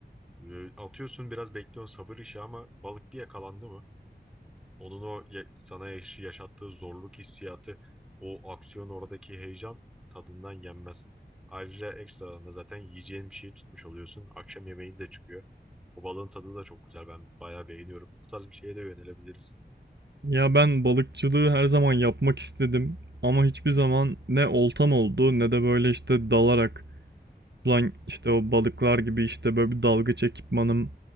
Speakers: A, in the centre; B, on the right.
A: Böyle atıyorsun biraz bekliyorsun sabır işi ama balık bir yakalandı mı? Onun o ya- sana yaş- yaşattığı zorluk hissiyatı, o aksiyon oradaki heyecan tadından yenmez. Ayrıca ekstradan da zaten yiyeceğin bir şeyi tutmuş oluyorsun. Akşam yemeğin de çıkıyor. O balığın tadı da çok güzel. Ben bayağı beğeniyorum. Bu tarz bir şeye de yönelebiliriz.
B: Ya ben balıkçılığı her zaman yapmak istedim ama hiçbir zaman ne oltam oldu ne de böyle işte dalarak Ulan işte o balıklar gibi işte böyle bir dalgıç ekipmanım